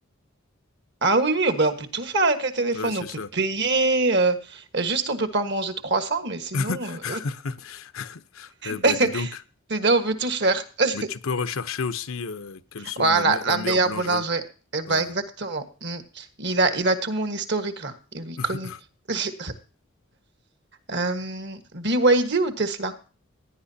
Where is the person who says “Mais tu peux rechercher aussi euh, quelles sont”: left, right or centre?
Left